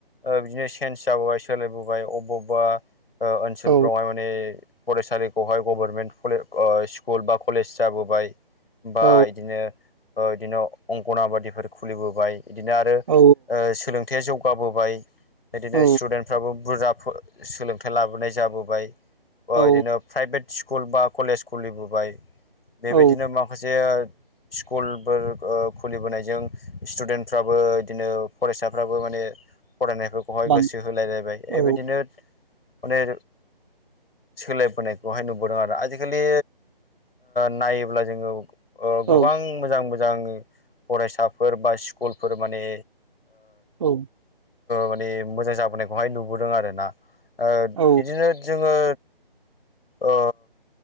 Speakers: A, on the left; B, on the right.
A: बिदिनो चन्स जाबोबाय सोलायबोबाय अबब अबबा ओनसोलफ्रावहाय
B: औ
A: माने फरायसालिखौहाय गभारनमेन्टेज स्कुल बा कलेज जाबोबाय बा
B: औ
A: बिदिनो बिदिनो अंगनाबादिफोर खुलिबोबाय बिदिनो आरो
B: औ
A: सोलोंथाइया जौगाबोबाय बिदिनो
B: औ
A: स्टुडेन्टफ्राबो बुरजा सोलोंथाइ लाबोनाय जाबोबाय बिदिनो
B: औ
A: प्राइभेट स्कुल बा कलेज खुलिबोबाय बेबायदिनो
B: औ
A: माखासे स्कुलफोर खुलिबोनायजों स्टुदेन्टफ्राबो बिदिनो फरायसाफ्राबो माने फरायनायखौ बेहाय
B: बां
A: गोसो होलायलायबाय बेबायदिनो
B: औ
A: अने सोलायबोनायखौहाय नुबोदों आरो आजिखालि नायोब्ला जोङो
B: औ
A: गोबां मोजां मोजां फरायसाफोर बा स्कुलफोर माने
B: औ
A: माने मोजां जाबोनायखौहाय नुबोदों आरो ना ओ
B: औ
A: इदिनो जोङो ओ